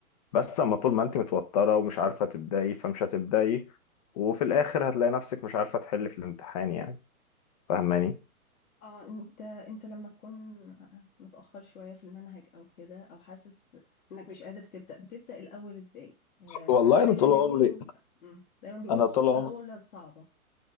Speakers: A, on the left (about 25°); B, on the left (about 70°).
A: بس أما طول ما أنت متوترة ومش عارفة تبدأي فمش هتبدأي وفي الآخر هتلاقي نفسك مش عارفة تحلي في الامتحان يعني فاهماني؟
B: اه انت انت لما تكون متأخر شوية في المنهج او كده او حاسس انك مش قادر تبدأ بتبدأ الاول ازاي آه،
A: والله
B: دايما
A: انا طول
B: بيقولوا
A: عمري
B: مم، دايما بيقولوا
A: انا
B: الخطوة
A: طول عمري
B: الاولى صعبة